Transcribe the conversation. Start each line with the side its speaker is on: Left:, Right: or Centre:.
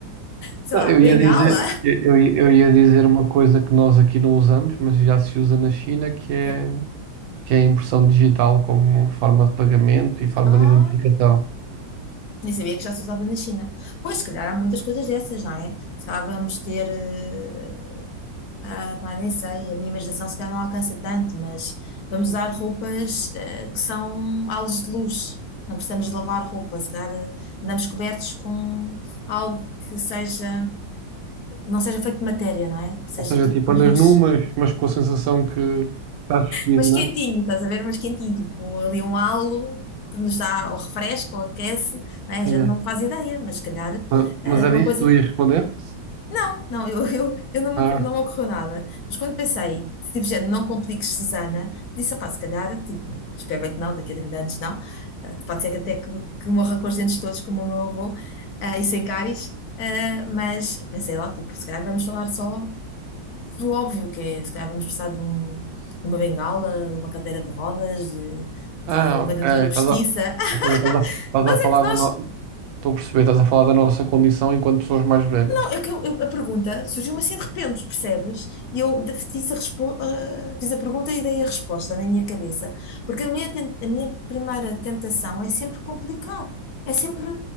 Left: sei
Right: Não,
Left: lá,
Right: eu
Left: bengala.
Right: ia dizer, eu, eu ia eu ia dizer uma coisa que nós aqui não usamos, mas já se usa na China, que
Left: <laughs>
Right: é,
Left: Ok.
Right: que é a impressão digital como forma de pagamento e forma
Left: Ah.
Right: de identificação.
Left: Nem sabia que já se usava na China. Pois, se calhar há muitas coisas dessas, não é? Se calhar vamos ter. eh, ah, pá, nem sei, a minha imaginação se calhar não alcança tanto, mas vamos usar roupas eh, que são halos de luz. Não precisamos de lavar roupa, se calhar eh, andamos cobertos com algo que seja. Não seja feito de matéria, não é? Seja
Right: Ou seja,
Left: tipo
Right: tipo,
Left: luz.
Right: andas nu, mas, mas com a sensação que estás vestido,
Left: Mas
Right: né?
Left: quentinho, estás a ver? Mas quentinho, tipo ali um halo que nos dá ou refresca ou aquece, não é? A gente
Right: Yeah.
Left: não faz ideia, mas se calhar
Right: Ma- Mas
Left: eh,
Right: era
Left: uma
Right: isso
Left: coisa.
Right: que tu ias responder?
Left: Não, não, eu, eu, eu não, me,
Right: Ah,
Left: não me ocorreu nada. Mas quando pensei, tipo, gente, não compliques Susana, disse, pá, se calhar, tipo, espero bem que não, daqui a 30 anos não. Eh, Pode ser que até que, que morra com os dentes todos, como o meu avô, eh, e sem cáries. Eh, mas pensei lá, tipo, se calhar vamos falar só do óbvio, que é, se calhar vamos precisar de, um- de uma bengala, de uma cadeira de rodas, de, de
Right: ah,
Left: uma
Right: ok.
Left: dentadura
Right: Estás
Left: postiça.
Right: a,
Left: <laughs>
Right: ou seja, estás a, estás
Left: Nós
Right: a
Left: é
Right: falar
Left: que nós,
Right: da no... Estou a perceber, estás a falar da nossa condição enquanto pessoas mais velhas.
Left: É que eu- eu- a pergunta surgiu-me assim de repente, percebes? E eu de- fiz a, respo- ah, fiz a pergunta e dei a resposta na minha cabeça. Porque a minha, ten- a minha primeira tentação é sempre complicar, é sempre